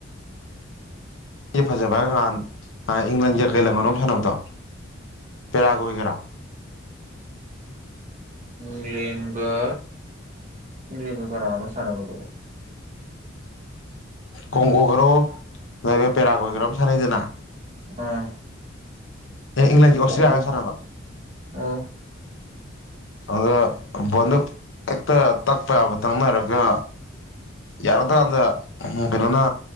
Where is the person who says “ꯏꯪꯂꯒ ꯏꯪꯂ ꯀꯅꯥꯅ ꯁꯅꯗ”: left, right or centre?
Right